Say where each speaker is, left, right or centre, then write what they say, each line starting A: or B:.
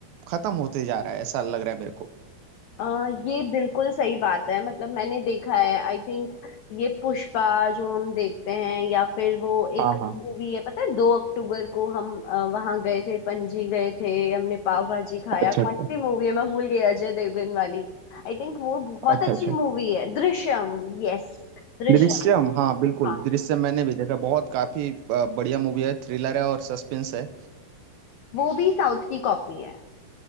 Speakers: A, on the right (about 80°); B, on the left (about 80°).
A: खत्म होते जा रहा है ऐसा लग रहा है मेरे को
B: अ ये बिल्कुल सही बात है मतलब मैंने देखा है आई थिंक ये पुष्पा जो हम देखते हैं या फिर वो एक
A: हाँ हाँ
B: मूवी है पता है दो अक्टूबर को हम वहां गए थे पणजी गए थे हमने पाव भाजी खाया
A: अच्छा
B: कौन
A: अच्छा
B: सी मूवी है मैं भूल गई अजय देवगन वाली आई थिंक वो बहुत
A: अच्छा
B: अच्छी
A: अच्छा
B: मूवी है दृश्यम यस दृश्यम
A: दृश्यम हाँ बिल्कुल
B: हाँ
A: दृश्यम मैंने भी देखा बहुत काफी अ, बढ़िया मूवी है थ्रिलर है और सस्पेंस है
B: वो भी साउथ की कॉपी है